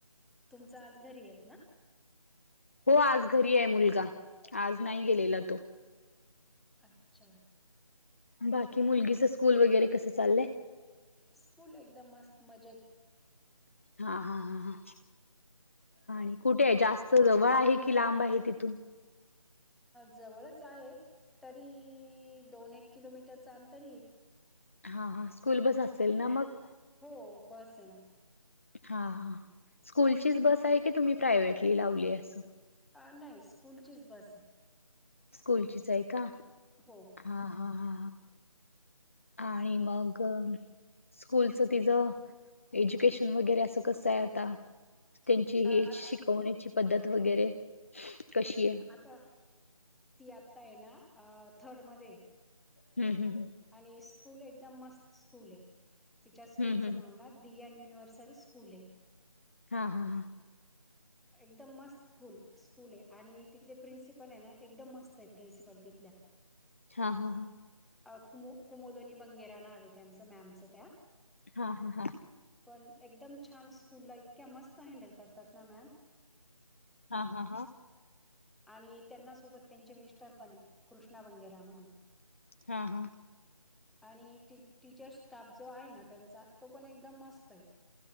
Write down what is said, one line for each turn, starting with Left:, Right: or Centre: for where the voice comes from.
Centre: तुमचं आज घरी हेत ना?
Left: हो... आज घरी ए मुलगा... आज नाही गेलेला तो
Centre: अच्छा
Left: बाकी... मुलगीचं स्कूल वगैरे... कसं चाललंय
Centre: स्कुल... एकदम मस्त... मजेत
Left: हाहा... हा हा आणि कुठे ए? जास्त जवळ आहे कि लांब आहे तिथून?
Centre: जवळच आहे... तरी... दोन एक किलोमीटरचं अंतर येईल
Left: हा हा... स्कूल बस असेल ना मग
Centre: हो... बस हे ना
Left: हा हा... स्कूलचीच बस हाये की... तुम्ही प्रायव्हेटली लावली असं
Centre: अ... नाई... स्कूलचीच बस ए
Left: स्कूलचीच ए का
Centre: हो
Left: आ... हा... हाहा आणि मग स्कूलचं तिचं... एज्युकेशन वगैरे असं... कसं ए आता? त्यांची
Centre: आता
Left: ही... शिकवण्याची पद्धत वगैरे... कशी ए?
Centre: आता... ती आत्ता ए ना... आ... थर्ड मध्ये ए
Left: हूं... हूं... हूं
Centre: आणी स्कूल... एकदम मस्त स्कूल ए... तिच्या स्कूलचं
Left: हम्म हम्म हम्म.
Centre: नाव ना दियान युनिवर्सल स्कूल ये.
Left: हा-ह-हा.
Centre: एकदम मस्त. कुल स्कूल ये आणि तिथले प्रिन्सिपल हाय ना, एकदम मस्तयं प्रिन्सिपल तिथल्या
Left: हा-हा-हा.
Centre: अ कुमू कुमोदनी बंगेरा नाव ए त्यांचं मॅमचं त्या
Left: हा-ह-हा.
Centre: पण एकदम छान, स्कूलला इतक्या मस्त हँडल करतात ना मॅम.
Left: हा-हा-हा.
Centre: आणि त्यांना सोबत त्यांचे मिस्टर पनयेत कृष्णा बंगेरा म्हणून
Left: हा-हा.
Centre: <inaudible> आणी टी टीचर स्टाफ जो आहे, ना त्यांचा तो पण एकदम मस्तयं